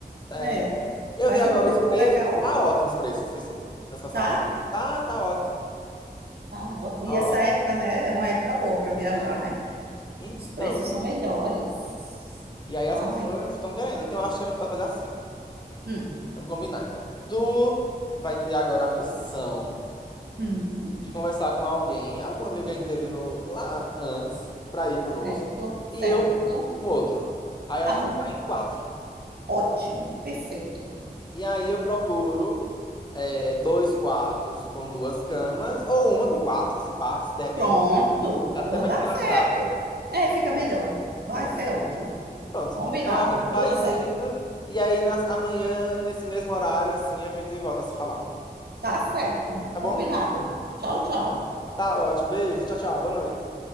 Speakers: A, on the left; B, on the right.
A: tá,
B: Né?
A: é, Eu
B: Faz
A: vi agora
B: um grupo
A: os preços
B: legal,
A: e tá ótimos os preços, viu? Das passagens.
B: tá?
A: Tá, tá ótimo.
B: Tá ótimo. E
A: Ó,
B: essa época, né, é uma época boa para viajar,
A: Então,
B: né?
A: então.
B: Os preços são melhores.
A: E aí
B: Ai,
A: as pessoas estão querendo. Então eu acho que a gente pode fazer assim, ó.
B: hum,
A: Vamos combinar, então. Tu vai ter agora a missão
B: hum,
A: de conversar com alguém, algum amigo que a gente teve no, lá antes, pra ir conosco.
B: certo, certo.
A: E eu, um outro. Aí
B: Tá
A: a gente
B: bom,
A: vai em quatro.
B: ótimo, perfeito.
A: E aí eu procuro é, dois quartos com duas camas, ou uma com quatro, se pá, se de repente.
B: Pronto,
A: É
B: então
A: até mais
B: dá
A: engraçado.
B: certo. É, fica melhor. Vai
A: Pronto,
B: ser ótimo.
A: pronto.
B: Combinado.
A: Então a gente faz
B: Tudo certo.
A: isso, e aí nas- amanhã, nesse mesmo horário, assim, a gente volta a se falar.
B: Tá certo.
A: Tá
B: Combinado.
A: bom?
B: Tchau,
A: Pois
B: tchau.
A: então. Tá ótimo. Beijo. Tchau, tchau. Boa noite.